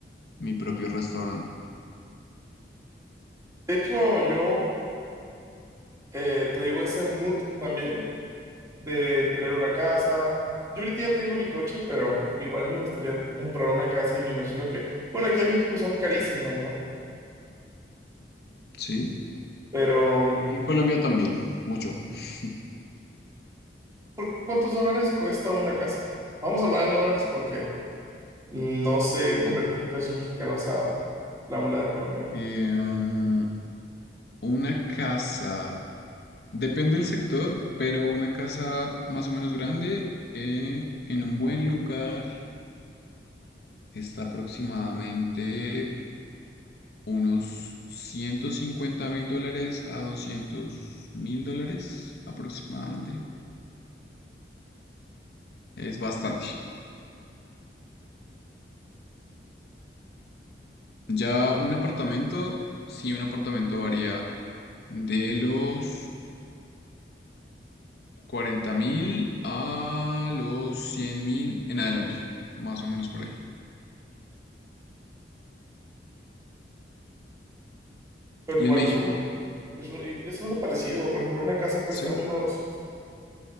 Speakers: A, on the left; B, on the right.
A: mi propio restaurante.
B: De hecho, yo eh, traigo ese mood también de tener una casa. Yo ahorita ya tengo mi coche, pero igual me gustaría comprar una casa y me imagino que, bueno, aquí en México son carísimas, ¿no?
A: Sí,
B: Pero, mm,
A: aquí en Colombia también, mucho. <laughs>
B: por ejemplo, ¿cuántos dólares cuesta una casa? Vamos a hablar en dólares porque no sé convertir
A: Sí.
B: pesos mexicanos a la moneda colombiana.
A: Eh, ah, una casa, depende del sector, pero una casa más o menos grande. eh, en un buen lugar está aproximadamente unos ciento cincuenta mil dólares a doscientos mil dólares aproximadamente. Es bastante. Ya un apartamento, sí, un apartamento varía de los cuarenta mil a los cien mil en adelante, más o menos por ahí.
B: Pero
A: Y
B: igual
A: en México,
B: es un, es un- es algo parecido. Por ejemplo, una casa cuesta
A: sí,
B: unos,